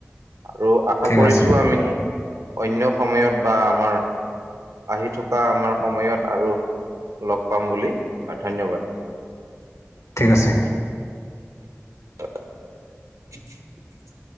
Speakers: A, on the right; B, on the left.
A: আৰু আশা
B: ঠিক
A: কৰিছোঁ
B: আছে
A: আমি <inaudible> অন্য সময়ত বা আমাৰ <inaudible> আহি থকা আমাৰ সময়ত আৰু লগ পাম বুলি ধন্যবাদ। <unintelligible>
B: ঠিক আছে। <inaudible>
A: অ <unintelligible>